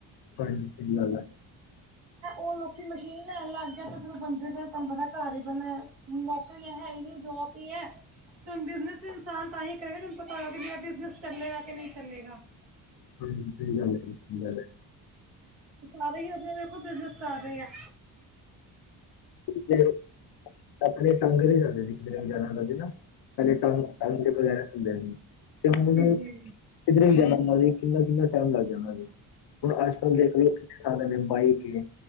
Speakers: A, on the left (about 60°); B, on the right (about 75°).
A: ਹਾਂਜੀ ਸਹੀ ਗੱਲ ਹੈ
B: ਉਹ ਲੋਕੀ ਮਸ਼ੀਨ ਲੈਣ ਲਾ ਬੰਦੇ ਫ ਤੁਹਾਨੂੰ ਪਤਾ ਘਰ ਹੀ ਬਣਿਆ ਨੌਕਰੀਆਂ ਹੈ ਹੀ ਨੀ ਜੋਬ ਹੀ ਹੈ ੁਣ ਬਿਜਨਸ ਇਨਸਾਨ ਤਾਂ ਹੀ ਕਰੇਗਾ ਤੁਹਨੂੰ ਪਤਾ ਹੋਗਾ ਬਿਜਨਸ ਚੱਲੇਗਾ ਕਿ ਨਹੀਂ ਚੱਲੇਗਾ
A: ਹਾਂਜੀ ਸਹੀ ਗੱਲ ਹੈ ਸਹੀ ਗੱਲ ਹੈ
B: ਸਾਰੇ ਹੀ ਅਜ ਦੇੇਖੋ ਬਿਜਨਸ ਕਰ ਰਹੇ ਆ
A: <inaudible> ਟੰਗਰੀ ਜਾਂਦੇ ਸੀ ਕਿਤੇ ਜਾ ਨਾ ਕਦੇ ਟਾਊ ਟਾਊ <unintelligible> ਤੇ ਹੁਣ ਮੈਨੂੰ
B: ਜੀ ਜੀ
A: ਕਿਧਰੇ ਕਿੰਨਾ-ਕਿੰਨਾ ਟਾਈਮ ਲੱਗ ਜਾਦਾ ਸੀ। ਹੁਣ ਅੱਜਕੱਲ੍ਹ ਦੇਖ ਲਓ ਕਿੰਨੇ ਖਦੇ ਨੇ ਬਾਈਕ ਏ